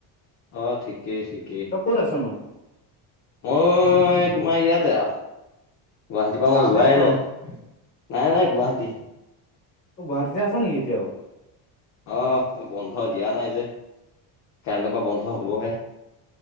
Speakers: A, on the left; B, on the left.
A: অ' ঠিকেই ঠিকেই
B: তই ক'ত আছনো
A: মই তোমাৰ ইয়াতে আৰু গুৱাহাটীৰ পৰা
B: গাঁৱতে
A: মই যোৱাই
B: আছ
A: নাই
B: অ
A: নাই নাই গুৱাহাটী।
B: ত গুৱাহাটীতে আছ নেকি এতিয়াও।
A: আহ বন্ধ দিয়া নাই যে কাইলৈ পৰা বন্ধ হবহে।